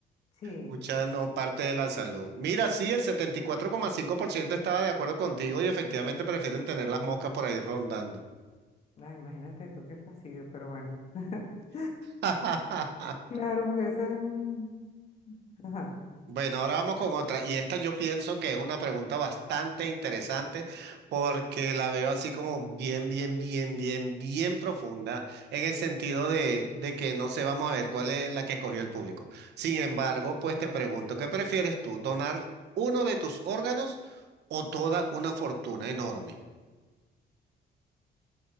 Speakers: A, on the left (about 35°); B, on the right (about 70°).
A: sí.
B: mucha no, parte de la salud. Mira, sí, el setenta y cuatro coma cinco por ciento estaba de acuerdo contigo y efectivamente prefieren tener las moscas por ahí rondando.
A: Ay, imagínate tú, qué fastidio, pero bueno. <laughs>
B: <laughs>
A: Claro, porque eso es un... Ajá.
B: Bueno, ahora vamos con otra. Y esta yo pienso que es una pregunta bastante interesante porque la veo así como bien, bien, bien, bien, bien profunda en el sentido de, de que no sé, vamos a ver cuál es la que escogió el público. Sin embargo, pues te pregunto, ¿qué prefieres tú? ¿Donar uno de tus órganos o toda una fortuna enorme?